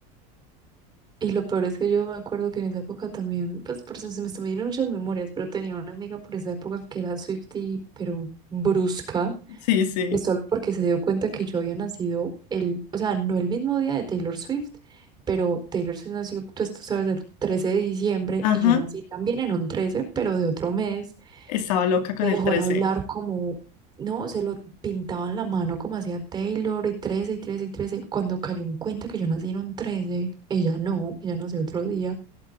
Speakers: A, on the right (about 20°); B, on the left (about 85°).
A: Y lo peor es que yo me acuerdo que en esa época también, pues por eso se me están viniendo muchas memorias, pero tenía una amiga por esa época que era Swiftie, pero brusca.
B: Sí, sí.
A: Y solo porque se dio cuenta que yo había nacido el, o sea, no el mismo día de Taylor Swift, pero Taylor Swift nació, pues tú sabes, el 13 de diciembre
B: Ajá.
A: y yo nací también en un 13, pero de otro mes.
B: Estaba loca con
A: Me
B: el
A: dejó
B: 13.
A: de hablar como, no, se lo pintaba en la mano como hacía Taylor y 13 y 13 y 13. Cuando cayó en cuenta que yo nací en un 13, ella no, ella nació otro día,